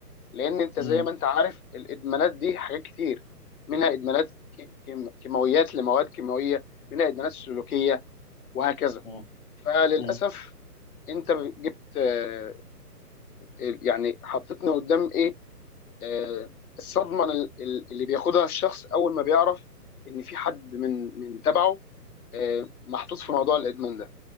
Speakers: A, on the left; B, on the left.
A: لان انت
B: م-
A: زي
B: م-
A: ما انت عارف الادمانات دي حاجات كتير منها ادمانات ك- كيم- كيماويات لمواد كيماويه منها ادمانات سلوكيه وهكذا
B: م-
A: فللاسف
B: م-
A: انت جبت آه، يعني حطيتنا قدام ايه آه، الصدمه ال- ال- اللي بياخدها الشخص اول ما بيعرف ان في حد من من تبعه آه، محطوط في موضوع الادمان ده